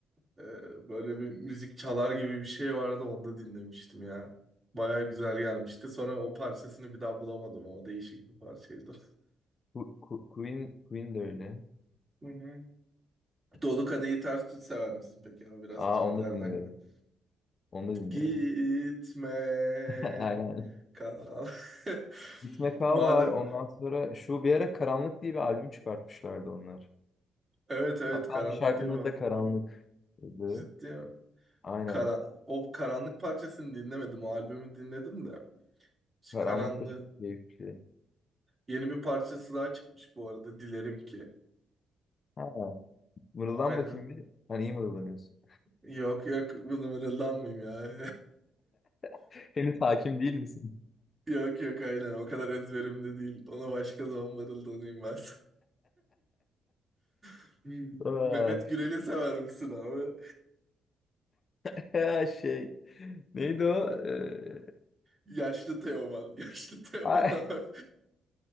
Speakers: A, on the right (about 25°); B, on the left (about 35°).
A: Ee, böyle bir müzik çalar gibi bir şey vardı onda dinlemiştim ya. Baya güzel gelmişti. Sonra o parçasını bir daha bulamadım ama değişik bir parçaydı.
B: Ku- Ku- Queen, Queen de öyle.
A: Hı hı. <laughs> Dolu Kadehi Ters Tut sever misin peki abi? Biraz
B: Aa
A: Türklerden
B: onu da dinliyorum.
A: gidelim.
B: Onu da dinliyorum.
A: Gitme.
B: <laughs> Aynen.
A: Ka- <laughs>
B: Git Kal
A: Madem
B: var. Ondan sonra şu bir ara Karanlık diye bir albüm çıkartmışlardı onlar.
A: evet evet
B: Hatta
A: karanlık
B: bir şarkının
A: diye bir albüm.
B: adı da Karanlık'tı.
A: Ciddi mi?
B: Aynen.
A: Kara o karanlık parçasını dinlemedim. O albümü dinledim de. Şu
B: Karanlık
A: karanlığın
B: da çok keyifli.
A: yeni bir parçası daha çıkmış bu arada. Dilerim ki.
B: Ha, mırıldan
A: Aynen.
B: bakayım bir. Hani iyi mırıldanıyorsun.
A: Yok yok bunu mırıldanmayayım ya.
B: <laughs> Henüz hakim değil misin?
A: <laughs> Yok yok aynen o kadar ezberimde değil. Ona başka zaman mırıldanayım ben. <laughs>
B: Vay.
A: Mehmet Gürel'i sever misin abi?
B: <laughs> Şey. Neydi o? Ee,
A: Yaşlı Teoman. <laughs> Yaşlı Teoman
B: ay,
A: abi.